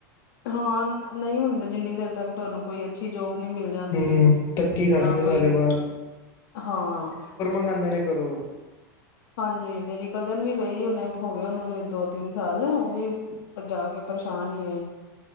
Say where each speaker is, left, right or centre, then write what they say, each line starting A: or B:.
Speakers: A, on the left; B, on the left.
A: ਹਾਂ ਨਈ ਹੁੰਦੇ ਜਿੰਨੀ ਦੇਰ ਤੱਕ ਤੁਹਾਨੂੰ ਕੋਈ ਅੱਛੀ ਜੋਬ ਨਹੀਂ ਮਿਲ ਜਾਂਦੀ।
B: ਹਮ ਧੱਕੀ ਖਾਂਦੇ
A: ਜਾਂ
B: ਨੇ ਸਾਰੇ
A: ਕੋਈ
B: ਬਾਹਰ।
A: ਹਾਂ।
B: ਮੈਂ ਅੰ ਨੇ ਕਰੋ
A: ਹਾਂਜੀ ਮੇਰੀ ਕਜ਼ਨ ਵੀ ਗਈ ਉਹਨੇ ਹੋ ਗਏ ਉਹਨੂੰ ਦੋ ਤਿੰਨ ਸਾਲ ਉਹ ਵੀ। ਪਰ ਜਾ ਕੇ ਪਰੇਸ਼ਾਨ ਹੀ ਏ।